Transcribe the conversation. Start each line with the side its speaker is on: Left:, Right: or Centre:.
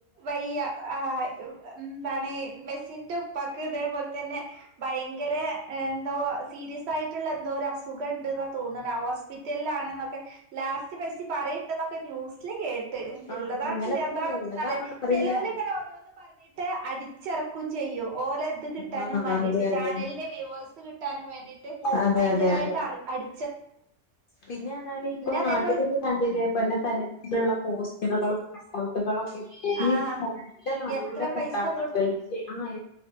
Right: വയ്യ ആഹ് എന്താണ് മെസ് സിന്റെ ഉപ്പാക്ക് ഇതേപോൽ തന്നെ ഭയങ്കര എന്തോ സീരിയസ് ആയിട്ടുള്ള എന്തോ ഒരു അസുഖണ്ട്ന്നാ തോന്ന്ണ അ ഹോസ് പിറ്റൽലാണ് ന്നൊക്കെ ലാസ്റ്റ് മെസ്സി പറയ്ണ്ട് ന്നൊക്കെ ന്യൂസിൽ കേട്ട്
Left: ആഹ്
Right: ഇള്ള താണോ
Left: അങ്ങനെ
Right: ഇല്ലാത്തതാണോന്നൊന്നും
Left: ഉള്ളതാണോ
Right: അറീല്ല.
Left: അറിയില്ല
Right: ചെലോല്ങ്ങെനെ ഓരോന്ന് പറഞ്ഞിട്ട് അടിച്ചിറക്കും ചെയ്യും. ഓല ത് കിട്ടാനും
Left: ആഹ്
Right: മാണ്ടിട്ട്
Left: അതെ അതെ
Right: ചാനലിന്റെ വ്യുവേഴ്സ് കിട്ടാനും വേണ്ടിട്ട്
Left: അതെ
Right: ഭയങ്കരായിട്ട്
Left: അതെ അതെ
Right: അറി അടി
Left: പിന്നെ പർഞ്ഞാല് ഇപ്പം
Right: അതേപോലെ
Left: നാട്ടിലൊരു കണ്ടില്ലേ പല തരത്തിലുള്ള പോസ്റ്ററുകളും <unintelligible> <unintelligible> ക്കെ ഇട്ടിട്ട്
Right: ആഹ്
Left: ഈ പൊഴന്റെ നടൂലൊക്കെ
Right: എത്ര പൈസ
Left: ഇണ്ടാവും
Right: കൊടു
Left: വല്യെ ആഹ്